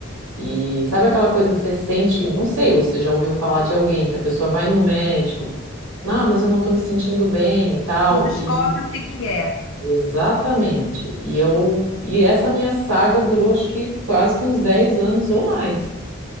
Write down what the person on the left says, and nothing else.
Tu descobre
o que que é.